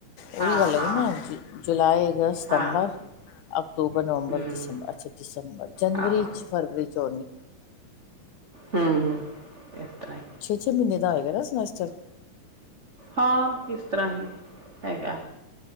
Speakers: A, on the left; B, on the right.
A: ਉਓਹੀ
B: ਹਾਂ
A: ਗੱਲ
B: ਹਾਂ
A: ਹੋ ਨਾ ਜ ਜੁਲਾਈ ਅਗਸਤ ਸਤੰਬਰ,
B: ਹਾਂ
A: ਅਕਤੂਬਰ ਨਵੰਬਰ
B: ਹਮ
A: ਦਸੰਬਰ ਅੱਛਾ ਦਸੰਬਰ, ਜਨਵਰੀ
B: ਹਾਂ
A: 'ਚ ਫਰਵਰੀ 'ਚ, <unintelligible>
B: ਹੂੰ ਹੂੰ, ਇਸ ਤੇ ਹੈ,
A: ਛੇ ਛੇ ਮਹੀਨੇ ਦਾ ਆਏਗਾ ਨਾ ਸਮੈਸਟਰ,
B: ਹਾਂ ਇਸ ਤਰ੍ਹਾਂ ਹੀ ਹੈਗਾ।